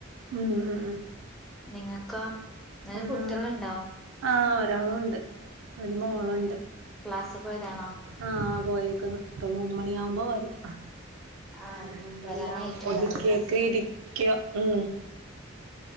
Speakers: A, on the right; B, in the centre.
A: ഉം ഉം
B: നിങ്ങക്കോ നിങ്ങക്ക്
A: ആഹ്
B: കുട്ടികളുണ്ടോ
A: ആഹ് ഒരാളുണ്ട് ഒരു മോളുണ്ട്
B: അതെ ക്ലാസ് പോയതാണോ
A: ആ പോയേക്കുന്നു ഇപ്പൊ മൂന്നുമണിയാകുമ്പോ വരും
B: ആഹ്
A: അതിന് മുമ്പെല്ലാം
B: വരാനായിട്ടുണ്ടാവില്ല
A: ഒതുക്കിയൊക്കെ ഇരിക്ക ഉം